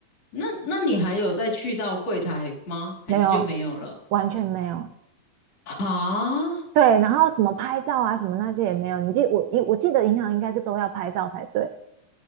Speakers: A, on the left; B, on the right.
A: 那那你还有再去到柜台吗？还是就没有了？
B: 没有，完全没有。
A: 啊，
B: 对，然后什么拍照啊，什么那些也没有。你记我，我记得银行应该是都要拍照才对，